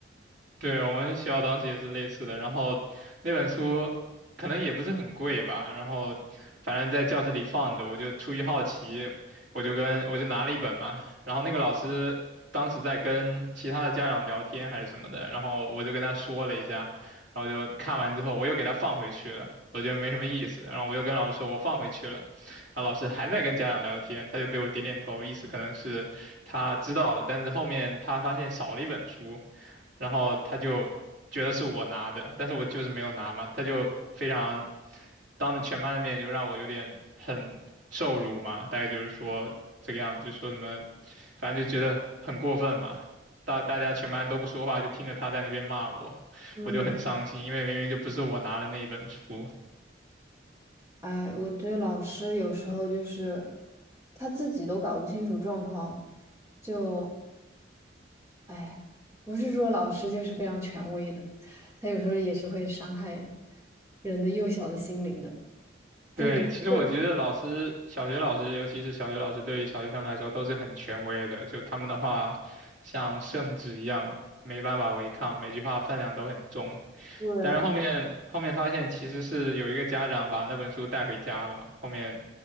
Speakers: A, on the right; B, on the right.
A: 对，我们学校当时也是类似的，然后那本书可能也不是很贵吧，然后反正在教室里放着，我就出于好奇，我就跟我就拿了一本嘛，然后那个老师当时在跟其他的家长聊天还是什么的，然后我就跟他说了一下，然后就看完之后我又给他放回去了，我觉得没什么意思，然后我又跟老师说我放回去了，然后老师还在跟家长聊天，他就对我点点头，意思可能是他知道了，但是后面他发现少了一本书。然后他就觉得是我拿的，但是我就是没有拿嘛，他就非常当着全班的面就让我有点很受辱嘛，大概就是说这个样子，就说什么，反正就觉得很过分嘛。大大家全班都不说话，就听着他在那边骂我，
B: 嗯，
A: 我就很伤心，因为明明就不是我拿了那一本书。
B: 哎，我觉得老师有时候就是他自己都搞不清楚状况，就哎呀不是说老师就是非常权威的，他有时候也是会伤害人的幼小的心灵的。就你对，
A: 对，其实我觉得老师，小学老师，尤其是小学老师，对于小学生来说都是很权威的。就他们的话，像圣旨一样，没办法违抗，每句话分量都很重。
B: 对
A: 但是后面后面发现，其实是有一个家长把那本书带回家了嘛，后面